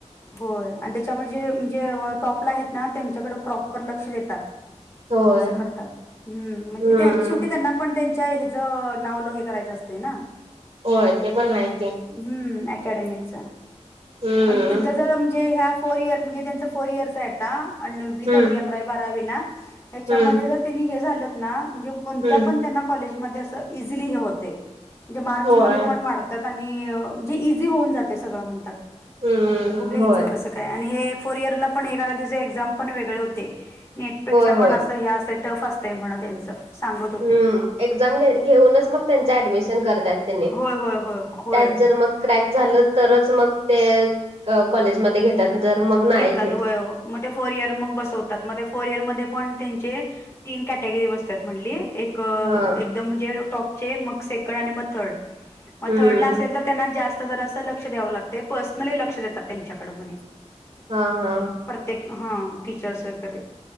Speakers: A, on the left; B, on the right.
A: होय आणि त्याच्यामध्येे म्हजे टॉपला आहेत ना त्यांच्याकडे प्रॉपर लक्ष देतात
B: होय
A: असं करतात् म्हणजे
B: हम्म
A: शेवटी त्यांना पण त्यांच्या हच नावलो हे करायचं असतें ना
B: होय ते पण आहे की
A: हम्म अकॅडेमीचा
B: हम्म
A: पण तिथं जर म्हणजे ह्या फोर इयर म्हणजे त्यांच फोर इयर आहेतवी
B: हम्म
A: दहा अकरा बारावी ना या्याच्यामध्ये
B: हम्म
A: जर त्यांनी हे झालं ना म्हणजे कोणत्या
B: हम्म
A: पण त्यांना कॉलेजमध्ये अस इझिली हे होते म्हणजे मार्क्समध्ये
B: होय
A: पण वाढत म्हणजे इी होऊन जाते स म्हणतात
B: हम्म
A: बघ
B: होय
A: क आणि हे फोर इरला पण ए एक्म पणेगळे होते नेटपेक्षा
B: होय होय.
A: पण असं हे असतं टफ असतंय म्हण त्यांच सांगत होती
B: हम्म एक्झाम घ घेऊनच मग त्यांच ऍडमिशन करतात त्यांनी
A: होय होय होय होय
B: त्यात जर मग क्रॅक झालं तरच मग ते कॉलेजमध्येध्ये घेत त्यांतर मग नाही
A: घेतात
B: घेत
A: होय मग ते फोर इयर मग बसवतात मग ते फोर इयर मध्ये पण त्यांचे तीन कॅटेगरी बसतात म्हणली एक एकदम
B: हा
A: म्हणजे टॉपचे मग सेकंड आणि मग थर्ड मग
B: हम्म
A: थर्ड ला असेल तर त्यांना जास्त जर असं लक्ष द्यावं लागते पर्सनली लक्ष देतात त्यांच्याकड म्हणे
B: हा हा
A: प्रत्येक हा टीचर्स वगैरे